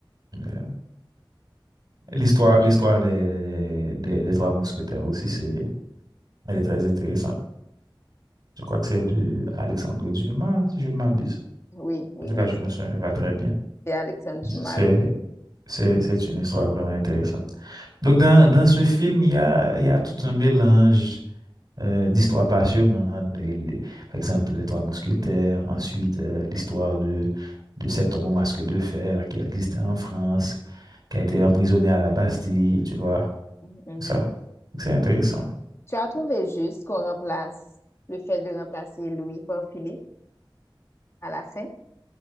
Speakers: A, on the right; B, on the left.
A: Voilà. L'histoire, l'histoire des, des, des Trois Mousquetaires aussi, c'est, elle est très intéressante. Je crois que c'est de Alexandre Dumas, si je ne m'abuse.
B: Oui, oui,
A: En tout
B: oui.
A: cas, je me souviens pas très bien.
B: C'est Alexandre Dumas,
A: C'est,
B: l'autre.
A: c'est, c'est une histoire vraiment intéressante. Donc, dans, dans ce film, il y a, il y a tout un mélange euh, d'histoires passionnantes. Et les- par exemple, les Trois Mousquetaires, ensuite, euh, l'histoire de, de cet homme au masque de fer qui existait en France, qui a été emprisonné à la Bastille, tu vois,
B: Mhm.
A: tout ça. Donc, C'est intéressant.
B: Tu as trouvé juste qu'on remplace le fait de remplacer Louis par Philippe à la fin,